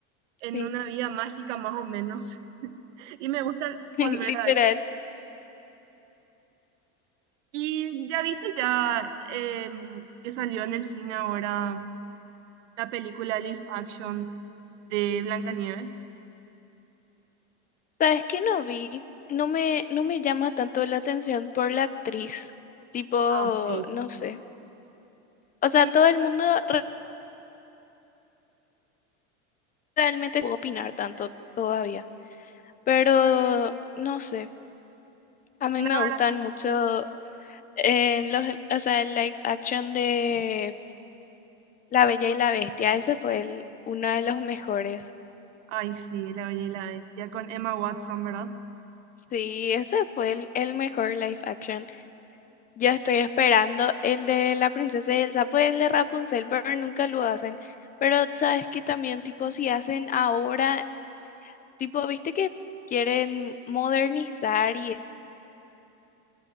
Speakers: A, on the right (about 80°); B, on the left (about 25°).
A: en
B: Sí,
A: una vida mágica más o menos. <laughs> Y me gusta
B: <laughs>
A: volver
B: literal.
A: a eso. Y ya viste ya em, que salió en el cine ahora la película Live Action de Blancanieves.
B: ¿Sabes qué no vi? No me, no me llama tanto la atención por la actriz. Tipo,
A: Ah, sí, sí,
B: no
A: sí.
B: sé. O sea,
A: Sí,
B: todo el mundo re- realmente puede opinar tanto todavía. Pero, no sé. A mí
A: la
B: me
A: verdad.
B: gustan mucho en los, o sea, el live action de La Bella y la Bestia. Ese fue el, uno de los mejores.
A: Ay, sí, la bella y la bestia con Emma Watson, ¿verdad?
B: Sí, ese fue el, el mejor live action. Yo estoy esperando el de la princesa y el sapo y el de Rapunzel, pero nunca lo hacen. Pero sabes que también, tipo, si hacen ahora, tipo, viste que quieren modernizar y